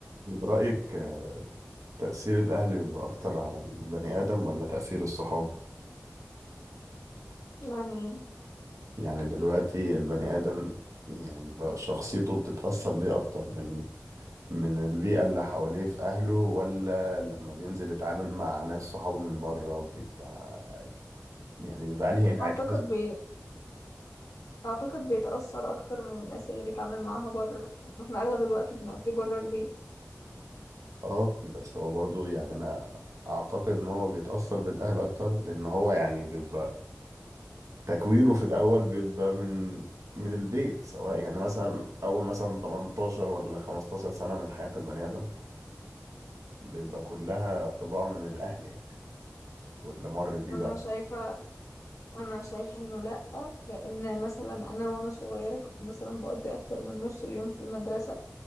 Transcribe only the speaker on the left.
يعني
أعتقد بي... أعتقد بيتأثر أكتر من الناس اللي بيتعامل معاها بره يعني احنا أغلب الوقت بنقضيه بره البيت
وأنا
شايفة أنا شايفة إنه لأ لأن مثلا أنا وأنا صغيرة كنت مثلا بقضي أكتر من نص اليوم في المدرسة